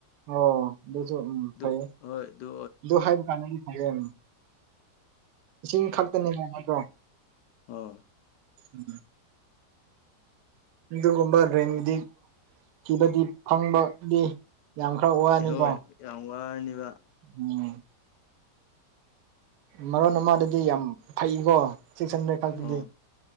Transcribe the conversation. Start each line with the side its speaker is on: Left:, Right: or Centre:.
Right: ꯑꯣ ꯑꯗꯨꯁꯨ ꯎꯝ
Left: ꯑꯗꯨ
Right: ꯐꯩꯌꯦ
Left: ꯍꯣꯏ ꯑꯗꯨ
Right: ꯗꯨ ꯍꯥꯏꯕꯀꯥꯟꯗ <unintelligible>
Left: ꯎꯝ
Right: ꯏꯁꯤꯡ ꯈꯛꯇꯅꯦꯕ ꯅꯠꯇ꯭ꯔꯣ
Left: ꯑꯥ
Right: <unintelligible> ꯑꯗꯨꯒꯨꯝꯕ ꯔꯦꯡꯗꯤ ꯊꯤꯕꯗꯤ ꯐꯪꯕꯗꯤ ꯌꯥꯝ ꯈꯔ ꯋꯥꯅꯤꯀꯣ
Left: ꯑꯦ ꯍꯣꯏ ꯌꯥꯝ ꯋꯥꯔꯅꯤꯕ
Right: ꯎꯝ ꯃꯔꯣꯟ ꯑꯃꯗꯗꯤ ꯌꯥꯝ ꯐꯩꯀꯣ ꯁꯤꯛꯁ ꯍꯟꯗ꯭ꯔꯦꯠ ꯈꯛꯇꯗꯤ
Left: ꯑꯣ